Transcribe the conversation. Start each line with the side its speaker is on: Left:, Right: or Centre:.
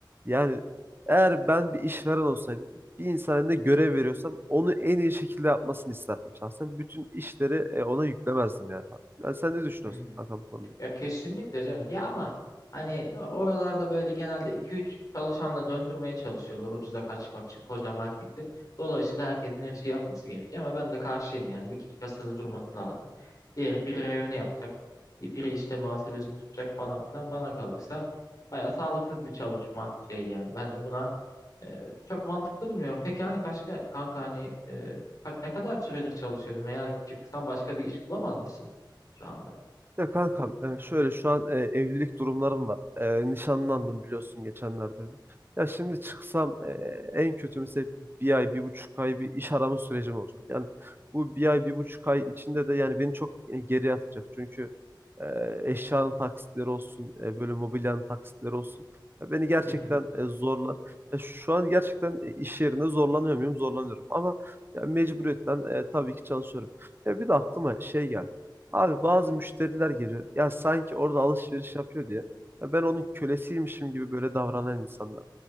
Right: Yani eğer ben bir işveren olsaydım, bir insana ne görev veriyorsam onu en iyi şekilde yapmasını isterdim şahsen. Bütün işleri e, ona yüklemezdim yani. Yani sen ne düşünüyorsun
Left: <laughs>
Right: kankam bu konuda?
Left: Ya kesinlikle canım. Ya ama hani e, oralarda böyle genelde iki üç çalışanla döndürmeye çalışıyorlar ucuza kaçmak için koca marketi. Dolayısıyla herkesin her şeyi yapması gerekiyor ama ben de karşıyım yani. Bir kişi kasada durması lazım. Diğeri biri reyonu yapacak. Biri işte muhasebesini tutacak falan filan. Bana kalırsa baya sağlıksız bir çalışma şey yani. Ben de buna e, çok mantıklı bulmuyorum. Peki hani kaç kanka hani e, kaç- ne kadar süredir çalışıyordun veya çıksan başka bir iş bulamaz mısın şu anda?
Right: Ya kankam e, şöyle şu an e, evlilik durumlarım var. E, Nişanlandım biliyorsun geçenlerde. Ya şimdi çıksam e, en kötü mesela bir ay, bir buçuk ay bir iş arama sürecim olacak. Yani bu bir ay, bir buçuk ay içinde de yani beni çok e, geriye atacak. Çünkü e, eşyanın taksitleri olsun, e, böyle mobilyanın taksitleri olsun. Ya beni gerçekten
Left: <laughs>
Right: e, zorlar. Ya şu an gerçekten e, iş yerinde zorlanıyor muyum? Zorlanıyorum ama ya mecburiyetten e, tabii ki çalışıyorum. Ya bir de aklıma şey geldi. Abi bazı müşteriler geliyor. Ya sanki orada alışveriş yapıyor diye. Ya ben onun kölesiymişim gibi böyle davranan insanlar.